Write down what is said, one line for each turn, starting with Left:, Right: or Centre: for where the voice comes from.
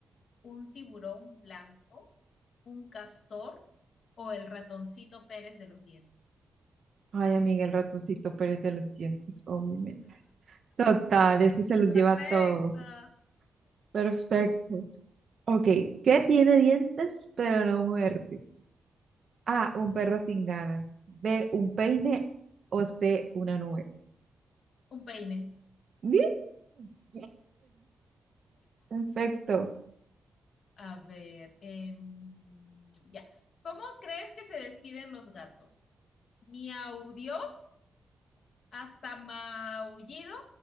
Left: ¿Un tiburón blanco, un castor o el ratoncito Pérez de los dientes?
Right: Ay, amiga, el ratoncito Pérez de los dientes, obviamente. Total, ese se los
Left: Correcto.
Right: lleva a todos. Perfecto. Ok, ¿qué tiene dientes pero no muerde? A, un perro sin ganas. B, un peine o C, una nube.
Left: Un peine.
Right: Bien, bien. Perfecto.
Left: A ver, em, ya. ¿Cómo crees que se despiden los gatos? ¿Miau Dios? ¿Hasta maullido